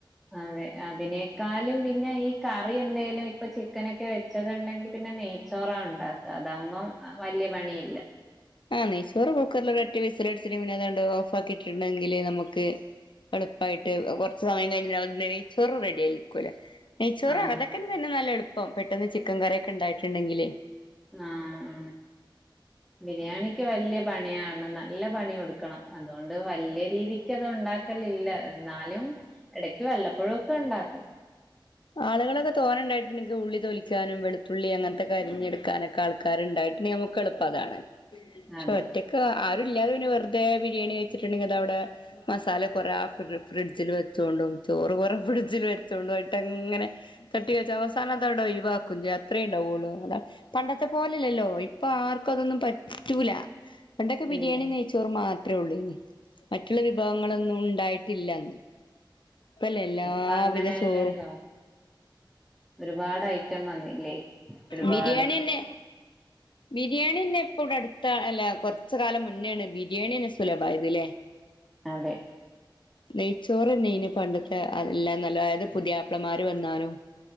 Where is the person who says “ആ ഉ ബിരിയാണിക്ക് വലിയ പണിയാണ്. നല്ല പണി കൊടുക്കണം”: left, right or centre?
Centre